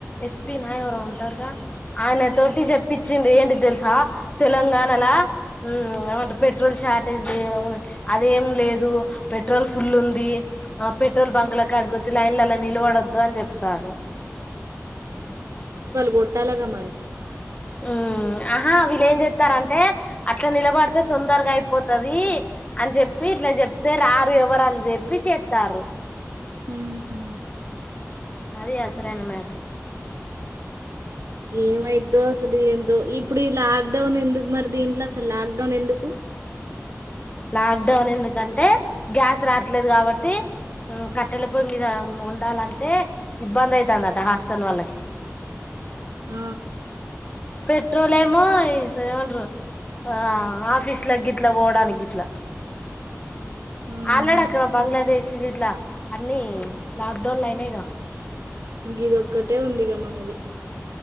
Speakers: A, on the left; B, on the right.
A: ఎస్ పి నా ఎవరో ఉంటారుగా ఆయన తోటి చెప్పించింది ఏంటిది తెలుసా తెలంగాణలా ఊ ఏమంటరూ పెట్రోల్ షార్టేజ్ లే అదేం లేదు దూ పెట్రోల్ ఫుల్ ఉందీ ఆ పెట్రోల్ బంక్ ల కాడి కొచ్చి లైన్లలో నిలవడద్దు అని చెప్తారు
B: కోట్టాలగా మరి
A: ఊ ఆహా వీళ్ళు ఏం చెప్తారంటే అట్లా నిలబడితే తొందరగా అయిపోతది అని చెప్పి ఇట్లా చెప్తే రారు ఎవరు అని చెప్పి చెప్తారు
B: ఉ హు
A: అది అసలైన మేటర్
B: ఏమైద్దో అసలు ఏందో ఇప్పుడు ఈ లాక్ డౌన్ ఎందుకు మరి దీంట్లో అసలు లాక్ డౌన్ ఎందుకు
A: లాక్ డౌన్ ఎందుకంటే గ్యాస్ రాట్లేదు కాబట్టీ ఉ కట్టెల పొయ్యి మీద వండాలంటే ఇబ్బంది అయితందట హాస్టల్ వాళ్ళకి
B: ఆ
A: పెట్రోలేమో ఈ ఏమంటరు ఆ ఆఫీస్ల గిట్లా పోవడానికి గిట్లా
B: హుహు.
A: ఆల్రెడీ అక్కడ బంగ్లాదేశ్ గిట్లా అన్నీ లాక్ డౌన్ లు అయినాయిగా
B: ఇదొక్కటే ఉందిగా మనది